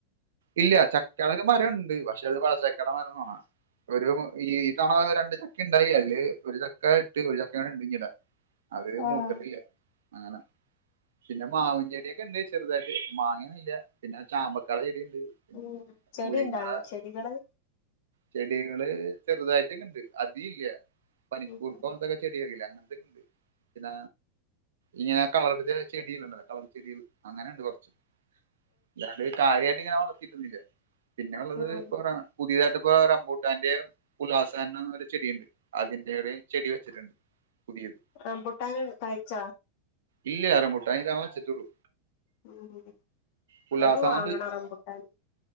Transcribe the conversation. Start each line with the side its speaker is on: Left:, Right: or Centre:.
Right: ഇല്ല ചക്കടെ ഒരു മരംണ്ട് പക്ഷെ അത് വഴച്ചക്കടെ മരം തോണാ. ഒരു ഈ ഈ തണ രണ്ട് ചക്ക ഉണ്ടായി അതില് ഒരു ചക്ക ഇട്ട് ഒരു ചക്ക അടെ ണ്ട് ഞ്ഞിടാൻ. അത്
Left: ഉം
Right: മൂത്തട്ടില്ല അങ്ങനെ പിന്നെ മാവും ചെടിഒക്കെ ഇണ്ട് ചെറുതായിട്ട്. മാങ്ങഒന്നുല്ല പിന്നെ ചാമ്പക്കാടെ ചെടിയുണ്ട്. പിന്നെ
Left: ഉം ചെടിണ്ടാ
Right: മുരിങ്ങട
Left: ചെടികള്.
Right: ചെടികള് ചെറുതായിട്ടൊക്കെണ്ട് അതി ഇല്ല പനിക്കൂർക്കൊലെ
Left: ഉം
Right: ചെടിയക്കില്ല അങ്ങനന്തൊക്കെയ ഉണ്ട് പിന്ന. ഇങ്ങനെ കളർത്തെ ചെടികളുണ്ടല്ലോ കളർ ചെടികൾ അങ്ങനെ ഉണ്ട് കുറച്ച്. ഇല്ലാണ്ട് കാര്യമായിട്ട് ഇങ്ങനെ വളർത്തിയിട്ടൊന്നില്ല പിന്നെ ഉള്ളത്
Left: ഉം
Right: ഇ പുതിയതായിട്ട് ഇപ്പോ റംബൂട്ടാന്റെ ഉലാസനം എന്ന ഒരു ചെടി ഉണ്ട് അതിന്റെ ഒരു ചെടി വെച്ചിട്ടുണ്ട്. പുതിയത്.
Left: റംഭുട്ടാൻ കായ്ച.
Right: ഇല്യാ റംബൂട്ടാൻ ഇതാവണ വെച്ച്ട്ടൊള്ളു.
Left: ഉം
Right: പുലാസാന്ന്
Left: അല്ലാരും വാങ്ങണ റെംബുട്ടാന്.